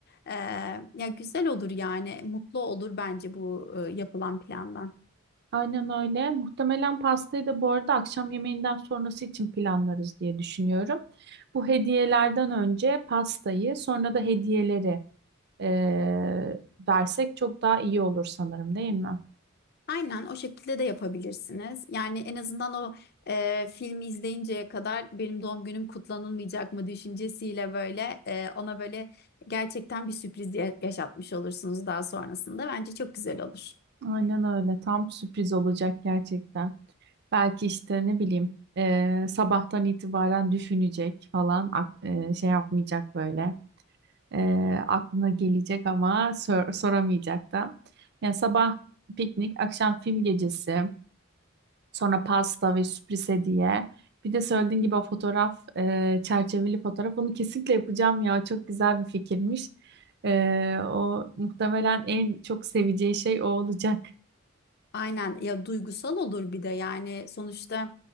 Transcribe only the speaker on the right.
Aynen öyle. Muhtemelen pastayı da bu arada akşam yemeğinden sonrası için planlarız diye düşünüyorum. Bu hediyelerden önce pastayı sonra da hediyeleri e, versek çok daha iyi olur sanırım değil mi?
Aynen öyle. Tam sürpriz olacak gerçekten. Belki işte ne bileyim eee, sabahtan itibaren düşünecek falan ak- eee, şey yapmayacak böyle. Eee, aklına gelecek ama sor- soramayacak da. Yani sabah piknik, akşam film gecesi, sonra pasta ve sürpriz hediye. Bir de söylediğin gibi o fotoğraf, eee, çerçeveli fotoğraf. Onu kesinlikle yapacağım ya. Çok güzel bir fikirmiş. Eee, o muhtemelen en çok seveceği şey o olacak.